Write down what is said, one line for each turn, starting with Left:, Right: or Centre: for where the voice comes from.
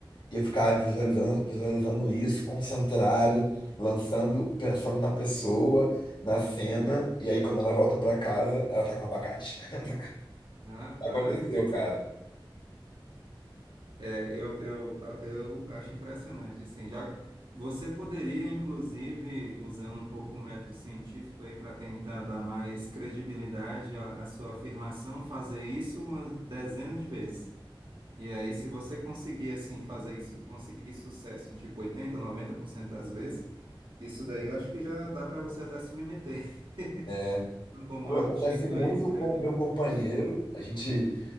Left: e eu ficava visualizando, visualizando isso, concentrado, lançando, pensando na pessoa, na cena. E aí, quando ela volta para casa, ela tá com um abacate. <laughs>
Right: <laughs> Rapaz,
Left: Aconteceu, cara.
Right: é, eu, eu, eu acho impressionante. Assim, já você poderia, inclusive, usando um pouco o método científico aí para tentar dar mais credibilidade à, à sua afirmação, fazer isso uma dezena de vezes. E aí, se você conseguir assim fazer isso, conseguir sucesso em tipo 80, 90% das vezes, Isso daí eu acho que já dá para você até submeter <laughs>
Left: É.
Right: como
Left: Pô,
Right: artigo
Left: acontece muito
Right: aí, escrever.
Left: com o meu companheiro. A gente